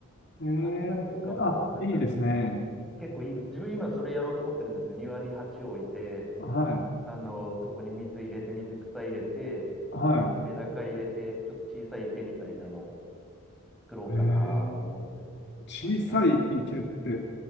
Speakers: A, on the left; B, in the centre.
A: ええ、
B: あんなのとかも、
A: あ、
B: なんか
A: いいですね。
B: 結構いい、自分今それやろうと思ってるんですよ。庭に鉢を置いて、
A: はい、
B: あの、そこに水入れて、水草入れて、
A: は
B: で、メダカ入れて、ちょっと小さい池みたいなのを作ろうかなと思って
A: い。ええ、小さい池って
B: まして、あんなのとか、